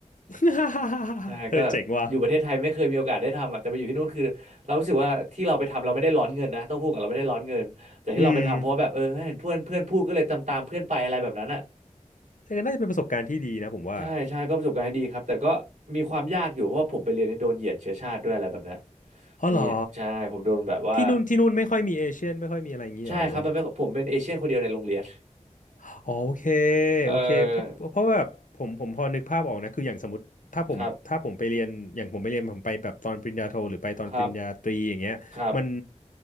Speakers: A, on the left; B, on the right.
A: <laughs>
B: ใช่ก็อยู่ประเทศไทยไม่เคยมีโอกาสได้ทำอ่ะแต่ไปอยู่ที่นู่นคือเรารู้สึกว่าที่เราไปทำเราไม่ได้ร้อนเงินนะต้องพูดกับเราไม่ได้ร้อนเงินแต่ที่เราไปทำเพราะว่าแบบเออเห็นเพื่อนเพื่อนพูดก็เลยตามตามเพื่อนไปอะไรแบบนั้นอ่ะ
A: เออเจ๋งว่ะอืม แต่ก็น่าจะเป็นประสบการณ์ที่ดีนะผมว่า
B: ใช่ใช่ก็ประสบการณ์ที่ดีครับแต่ก็มีความยากอยู่เพราะว่าผมไปเรียนในโดนเหยียดเชื้อชาติด้วยอะไรแบบนั้น
A: อ๋อเหรอ
B: มีใช่ผมโดนแบบว่า
A: ที่นู่นที่นู่นไม่ค่อยมีเอเชียนไม่ค่อยมีอะไรอย่างงี้เหรอหรือว่า
B: ใช่ครับมันไม่ผมเป็นเอเชียนคนเดียวในโรงเรียน
A: อ๋อโอเค
B: <laughs> เออ
A: โอเคเพราะเพราะแบบผมผมพอนึกภาพออกนะคืออย่างสมมติถ้าผมถ้าผมไปเรียนอย่างผมไปเรียนผมไปแบบตอนปริญญาโทหรือไปตอนปริญญาตรีอย่างเงี้ยมัน
B: ครับครับครับ